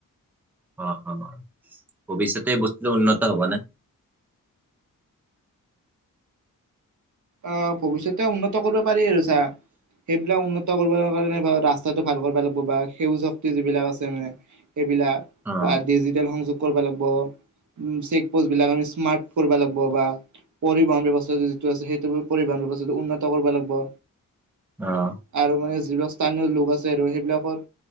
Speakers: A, in the centre; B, on the right.
A: অ' অ', ভৱিষ্যতে এই বস্তুটো উন্নত হ'ব নে?
B: অ', ভৱিষ্যতে উন্নত কৰিব পাৰি আৰু চা সেইবিলাক উন্নত কৰিব কাৰণে ৰাস্তাটো ভাল কৰিব লাগিব বা সেউজ শক্তি যিবিলাক আছে মানে এইবিলাক
A: অ'।
B: বা ডিজিটেল সংযোগ কৰিব লাগিব, উম, চে'কপ'ষ্ট বিলাক, আমি স্মাৰ্ট কৰিব লাগিব বা পৰিবহন ব্যৱস্থাটো যিটো আছে সেই পৰিবহন ব্যৱস্থাটো উন্নত কৰিব লাগিব।
A: অ'।
B: আৰু মানে যিবিলাক স্থানীয় লোক আছে আৰু সেইবিলাকৰ